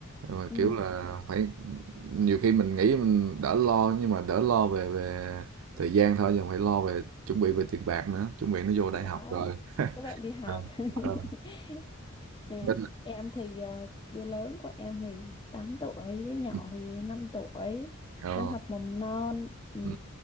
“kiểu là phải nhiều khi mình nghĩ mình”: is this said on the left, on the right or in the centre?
Right